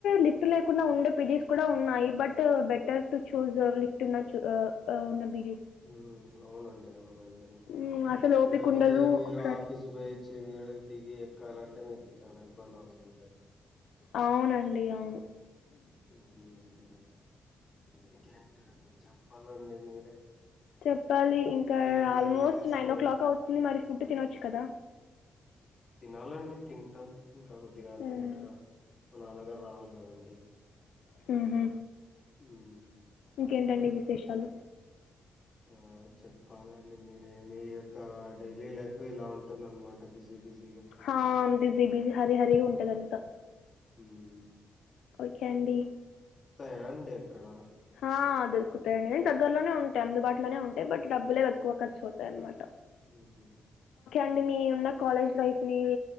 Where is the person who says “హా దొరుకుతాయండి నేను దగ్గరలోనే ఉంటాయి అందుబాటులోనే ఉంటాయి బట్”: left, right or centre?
Left